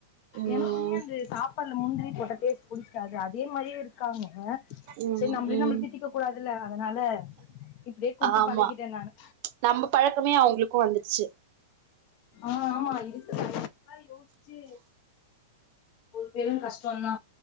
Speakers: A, on the right; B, on the left.
A: ம்
B: எனக்குமே அந்த சாப்பாடுல முந்திரி போட்ட டேஸ்ட்டு புடிக்காது அதே மாரியே இருக்காங்க அ
A: ம்
B: சரி நம்மளே
A: ம்
B: நம்மள திட்டிக்க கூடாதுல்ல அதனால இப்படியே குடுத்து
A: ஆமா
B: பழகிட்ட நானு
A: நம்ம பழக்கமே அவங்களுக்கு வந்துருச்சு
B: ஆமா ஆமா <unintelligible> யோசிச்சு ஒரு பேரும் கஷ்ட தா